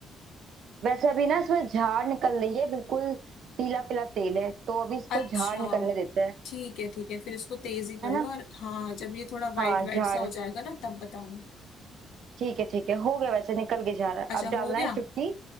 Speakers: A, on the right; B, on the left.
A: वैसे अभी ना इसमें झाड़ निकल रही है बिल्कुल पीला पीला तेल है तो अभी इसको
B: अच्छा
A: झाड़ निकलने देते हैं
B: ठीक है ठीक है फिर इसको तेज ही कर
A: है
B: लो
A: ना
B: और हाँ जब ये थोड़ा
A: हाँ
B: वाइट वाइट
A: झाड़
B: सा हो जाएगा ना तब बताना
A: ठीक है ठीक है हो गया वैसे निकल के झाड़ अब
B: अच्छा
A: डालना
B: हो गया
A: है चुटकी